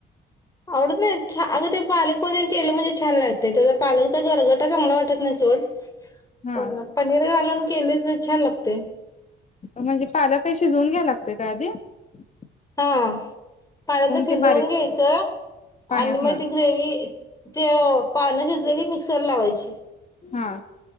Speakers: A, on the left; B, on the left.
A: आवडत नाही छ अगं ते पालक पनीर केलं म्हणजे छान लागते त्याचा पालकचा घरगटा चांगला वाटत नाही सोड
B: हा
A: हो पनीर घालून केलीच छान लागते.
B: म्हणजे पालके शिजवून घ्याय लागतय काय आधी <unintelligible>
A: हा पानंद शिजवून
B: ते बारीक
A: घ्यायचं <unintelligible>
B: पाण्यातन
A: आणि मग ती ग्रेवी ते पानं शिजलेली मिक्सर लावायची <unintelligible>
B: हा